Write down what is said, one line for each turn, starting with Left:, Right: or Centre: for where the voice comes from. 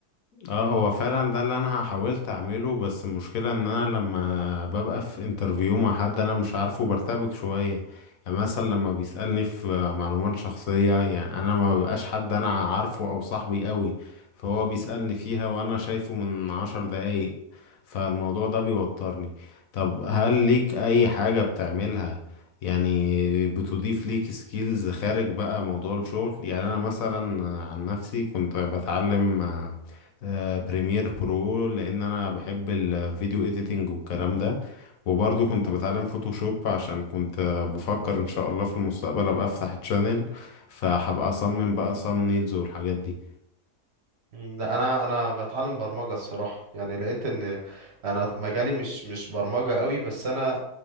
Left: اه هو فعلا ده اللي انا حاولت اعمله بس المشكلة ان انا لما ببقى في انترفيو مع حد انا مش عارفه برتبك شوية يعني مثلا لما بيسألني في معلومات شخصية يعني انا ما ببقاش حد انا عارفه او صاحبي قوي فهو بيسألني فيها وانا شايفه من عشر دقايق فالموضوع ده بيوترني طب هل ليك اي حاجة بتعملها يعني بتضيف ليك سكيلز خارج بقى موضوع الشغل يعني انا مثلا عن نفسي كنت بتعلم آه، بريمير برو لان انا بحب الفيديو اديتنج والكلام ده وبرضه كنت بتعلم فوتوشوب عشان كنت آه، بفكر ان شاء الله في المستقبل ابقى افتح تشانل فهبقى اصمم بقى صامنيلز والحاجات دي
Right: مم، لا انا انا بتعلم برمجه الصراحه يعني لقيت ان انا مجالي مش مش برمجه قوي بس انا